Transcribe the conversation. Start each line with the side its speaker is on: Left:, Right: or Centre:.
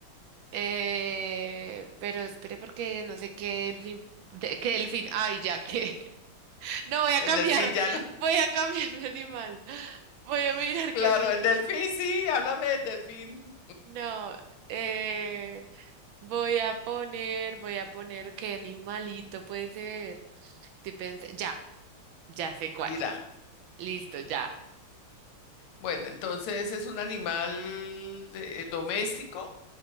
Right: eh, pero espere porque no sé qué delfín, de- qué delfín, ay, ya que. <laughs> No, voy a
Left: El
Right: cambiar,
Left: delfín ya no.
Right: voy a cambiar mi animal. Voy a mirar
Left: <laughs> Claro,
Right: qué animal.
Left: el delfín, sí, háblame del delfín.
Right: No, eh, voy a poner, voy a poner qué animalito puede ser. Estoy pens- ya, ya sé cuál.
Left: Dirá.
Right: Listo, ya.
Left: Bueno, entonces, ¿es un animal eh, doméstico